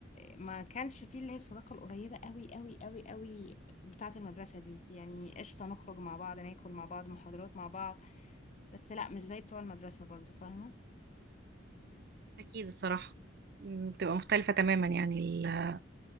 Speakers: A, on the left; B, on the right.
A: ما كانش فيه اللي هي الصداقة القريبة قوي قوي قوي قوي بتاعة المدرسة دي يعني قشطة نخرج مع بعض ناكل مع بعض محاضرات مع بعض بس لا مش زي بتوع المدرسة برضو فاهمة
B: أكيد الصراحة م، بتبقى مختلفة تماما يعني ال-